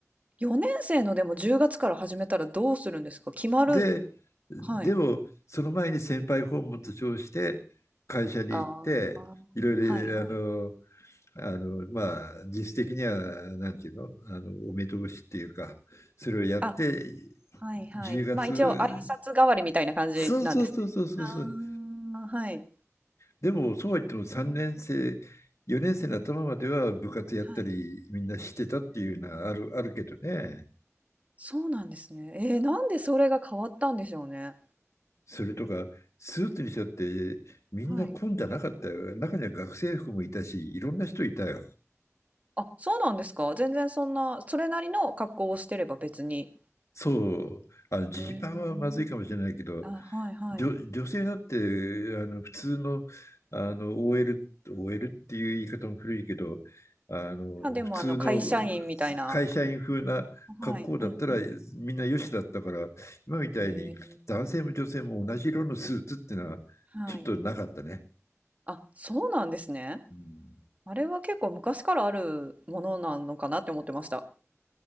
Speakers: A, on the right; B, on the left.
A: 4年生のでも10月から始めたらどうするんですか？決まる
B: で、でもその前に先輩訪問と称して会社に行っていろいろ
A: はい。ああ、はいはい。
B: あのあのまあ実質的にはなんていうの、あのお目通しっていうかそれをやって
A: あ、はいはい。
B: 10月
A: ま、一応挨拶代わりみたいな感じなんですね。
B: そうそうそうそうそうそう
A: ああ、はい。
B: でも、そうは言っても3年生、
A: うん。
B: 4年生の頭までは部活やったり、
A: はい。
B: みんなしてたっていうのはある、
A: えー
B: あるけどね。
A: そうなんですね。えーなんでそれが変わったんでしょうね。
B: それとか、スーツにしたって、みんな混んじゃなかったよ。
A: はい。
B: 中には学生服もいたし、いろんな人いたよ。
A: あ、そうなんですか？全然そんな、それなりの格好をしてれば別に。
B: そう、あのジーパンはまずいかもしれないけど、
A: へえ。あ、はいはい。
B: 女、女性だって、あの、普通の、あの、OL、オーエルっていう言い方も古いけど、あの、
A: ま、でもあの、
B: 普通の
A: 会社員みたいな
B: 会社員風な格好だったら、
A: はい、うんう
B: みんなよしだったから、今みたいに男性も女性も同じ色のスーツっていうのは、
A: ん。へえ。はい。
B: ちょっとなかったね。
A: あ、そうなんですね。
B: うん
A: あれは結構昔からあるものなのかなって思ってました。